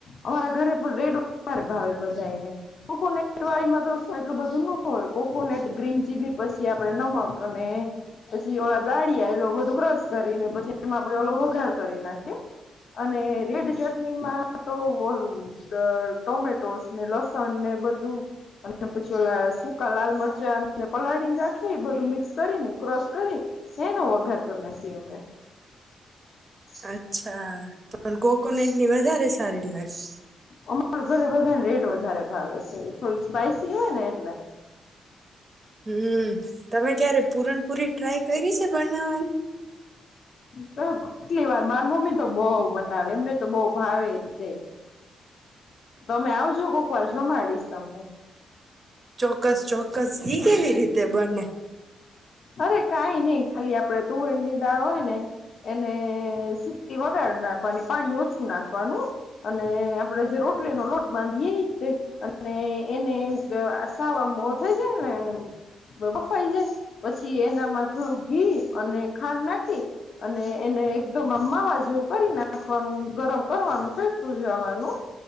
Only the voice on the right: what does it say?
અચ્છા પણ કોકોનટ ની વધારે સારી ફ્શ
હમ્મ. તમે ક્યારે પૂરનપુરી ટ્રાય કરી છે બનાવવાની.
ચોક્કસ ચોક્કસ હિ કેવી રીતે બને.